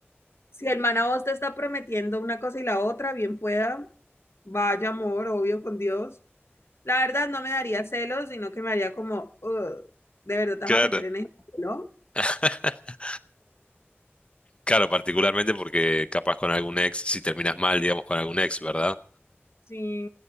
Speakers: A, on the left; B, on the left.
A: Si el man a vos te está prometiendo una cosa y la otra, bien pueda, vaya amor, obvio con Dios. La verdad, no me daría celos, sino que me haría como, "Ugh, de verdad te
B: claro.
A: vas a meter en ese ¿no?
B: <laughs> Claro, particularmente porque capaz con algún ex, si terminas mal, digamos, con algún ex, ¿verdad?
A: Sí,